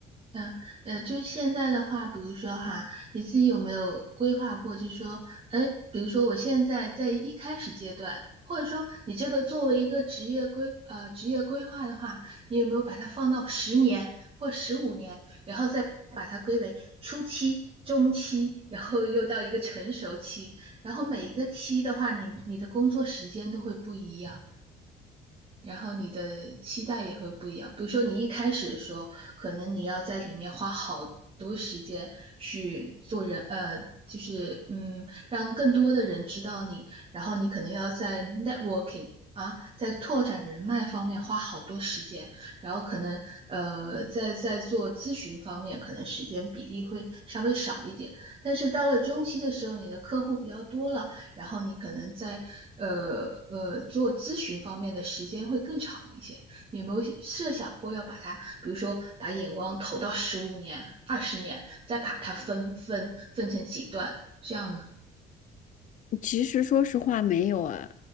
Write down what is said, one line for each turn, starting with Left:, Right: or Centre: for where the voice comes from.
Right: 嗯呃，就是现在的话，比如说哈，你自己有没有规划过，就说，哎，比如说我现在在一开始阶段，或者说你这个作为一个职业规呃职业规划的话，你有没有把它放到十年或十五年，然后再把它归为初期、中期，然后又到一个成熟期，然后每一个期的话，你你的工作时间都会不一样。然后你的期待也会不一样。比如说，你一开始的时候，可能你要在里面花好多时间去做人，呃，就是嗯，让更多的人知道你，然后你可能要在 networking 啊，在拓展人脉方面花好多时间，然后可能呃，在在做咨询方面，可能时间比例会稍微少一点。但是到了中期的时候，你的客户比较多了。然后你可能在呃呃做咨询方面的时间会更长一些。你有没有设想过要把它，比如说把眼光投到十五年、二十年，再把它分分分成几段这样呢？
Left: 其实说实话没有哎，